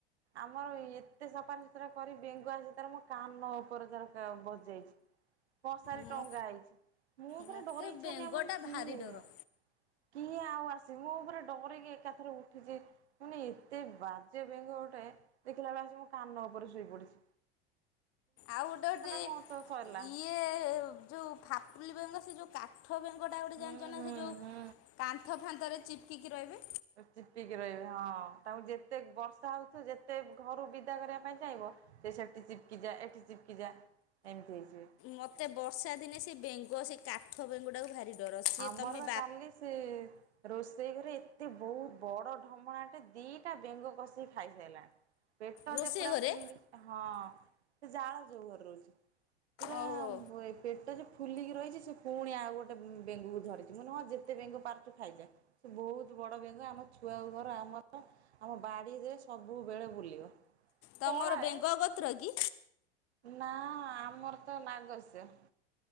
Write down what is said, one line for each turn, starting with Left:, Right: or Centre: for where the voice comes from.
Right: ଆମର ଏତେ ସଫାସୁତୁରା କରି ବେଙ୍ଗ ଆସି ତାର ମୋ କାନ ଉପରେ ତାର ବ ବସି ଯାଇଚି। ମସାରି
Left: ମ
Right: ଟଙ୍ଗା ହେଇଚି। ମୁଁ ପୁରା
Left: ମୋତେ
Right: ଡରିକି ଛାନିଆ
Left: ବେଙ୍ଗଟା
Right: ମୁଁ କହିନି
Left: ଭାରି
Right: କିଏ।
Left: ଡର।
Right: କିଏ ଆଉ ଆସି ମୁଁ ପୁରା ଡରିକି ଏକାଥରେ ଉଠିଚି। ମାନେ ଏତେ ବାଜ୍ୟ ବେଙ୍ଗ ଗୋଟେ, ଦେଖିଲା ବେଳକୁ ଆସି ମୋ କାନ ଉପରେ ଶୋଇ ପଡିଚି।
Left: ଆଉ ଗୋଟେ ଗୋଟେ
Right: ମୁଁ ତ ସରିଲା
Left: ଇଏ ଯୋଉ ଫାପୁଲି ବେଙ୍ଗ ସେ ଯୋଉ କା କାଠ ବେଙ୍ଗଟା ଗୋଟେ
Right: ହୁଁ
Left: ଜାଣିଚ ନା
Right: ହୁଁ
Left: ସେ ଯୋଉ
Right: ହୁଁ
Left: କାନ୍ଥ ଫାନ୍ଥରେ ଚିପ୍କିକି ରହିବେ।
Right: ଚିପ୍କିକି ରହିବେ ହଁ। ତାଙ୍କୁ ଯେତେ ବର୍ଷା ହଉଥିବ ଯେତେ ଘରୁ ବିଦା କରିବା ପାଇଁ ଚାହିଁବ ଯେ ସେଠି ଚିପ୍କି ଯା ଏଠି ଚିପ୍କି ଯା ଏମିତି ହେଇଯିବେ।
Left: ମତେ ବର୍ଷା ଦିନେ ସେ ବେଙ୍ଗ ସେ କାଠ ବେଙ୍ଗଟାକୁ ଭାରି ଡର ସିଏ
Right: ଆମର
Left: ତମେ
Right: ବା କାଲି ସେ ରୋଷେଇ ଘରେ ଏତେ ବହୁତ ବଡ ଢମଣାଟେ ଦିଟା ବେଙ୍ଗ କଷିକି ଖାଇସାରିଲାଣି। ପେଟ
Left: ରୋଷେଇ
Right: ଯେ ପୁରା
Left: ଘରେ
Right: ଫୁଲି ହଁ ସେ ଜାଳ ଯୋଉ ଘରେ ରହୁଚି। ପୁରା
Left: ଓହୋ
Right: ଏ ପେଟ ଯେ ଫୁଲିକି ରହିଛି ସେ ପୁଣି ଆଉ ଗୋଟେ ବେଙ୍ଗକୁ ଧରିଚି। ମୁଁ କହିଲି ହଁ ଯେତେ ବେଙ୍ଗ ପାରୁଚୁ ଖାଇଯା। ସେ ବହୁତ ବଡ଼ ବେଙ୍ଗ ଆମ ଛୁଆ ବୋଉ ଘର ଆମର ଆମ ବାଡ଼ିରେ ସବୁବେଳେ ବୁଲିବ।
Left: ତମର
Right: ପଳାଏ
Left: ବେଙ୍ଗ ଗୋତ୍ର କି?
Right: ନା ଆମର ତ ନାଗସ୍ୟ।